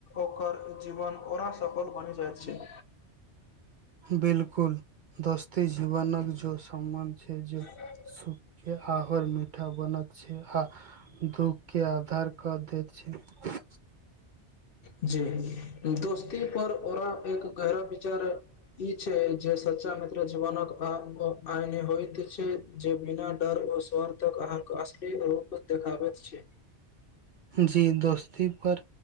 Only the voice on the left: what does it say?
ओकर जीवन ओरा सफल बनि जाइत छै।
छै
जी दोस्ती पर ओरा एक गहरा विचार ई छै, जे सच्चा मित्र जीवनक आइन होइत छै जे बिना डर ओ स्वार्थक अह असली रूप देखाबैत छै।